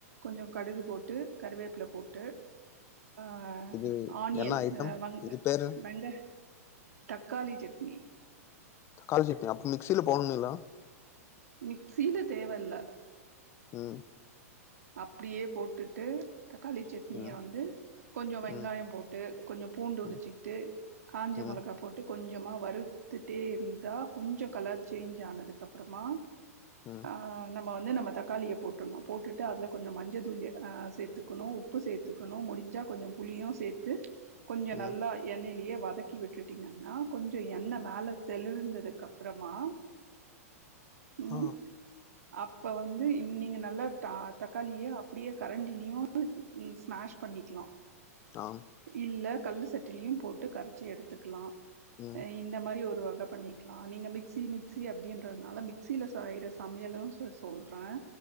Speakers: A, on the right; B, on the left.
A: கொஞ்சம் கடுகு போட்டு கருவேப்பில போட்டு ஆ
B: இது
A: ஆனியன்
B: என்ன ஐட்டம்
A: அ
B: இது பேரு
A: வெங்க தக்காளி சட்னி
B: தக்காளி சட்னி அப்ப மிக்சியில போடும்னுங்கிலா
A: மிக்சில தேவல்ல
B: ம்
A: அப்படியே போட்டுட்டு தக்காளி சட்னிய
B: ம்
A: வந்து கொஞ்சம் வெங்காயம்
B: ம்
A: போட்டு கொஞ்சம் பூண்டு உரிச்சிக்கிட்டு
B: ம்
A: காஞ்ச
B: ம்
A: மிளகா போட்டு கொஞ்சமா வறுத்துட்டே இருந்தா கொஞ்சம் கலர் சேஞ்ச் ஆனதுக்கு அப்புறமா
B: ம்
A: ஆ நம்ம வந்து நம்ம தக்காளிய போட்டணும் போட்டுட்டு டு அதுல கொஞ்சோ மஞ்ச தூளு அ சேத்துக்குனோ உப்பு சேத்துக்குனோ முடிஞ்சா கொஞ்சோ புளியு சேத்து கொஞ்சோ
B: ம்
A: நல்லா எண்ணெய்லியே வதக்கி விட்டுட்டீங்கன்னா கொஞ்சு எண்ணெ மேல தெளிர்ந்ததுக்கப்பறமா ம்
B: ஆ
A: அப்ப வந்து இ நீங்க நல்லா தா தக்காளியே அப்புடியே கரண்டிலியு ம் ஸ்மாஷ் பண்ணிக்லா
B: ஆ
A: இல்ல கல்லு சட்டிலியு போட்டு கரச்சி எடுத்துக்லா
B: ம்
A: அ இந்த மாரி ஒருவ க பண்ணிக்லா நீங்க மிக்சி மிக்சி அப்டின்றதுனால மிக்சில செய்ற சமையலு சொ சொல்றே